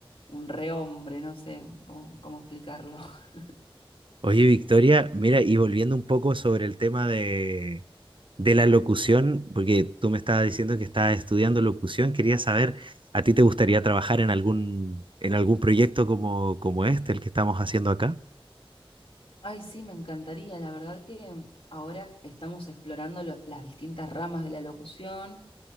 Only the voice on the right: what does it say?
Oye, Victoria, mira, y volviendo un poco sobre el tema de, de la locución, porque tú me estabas diciendo que estabas estudiando locución, quería saber, ¿a ti te gustaría trabajar en algún, en algún proyecto como, como este, el que estamos haciendo acá?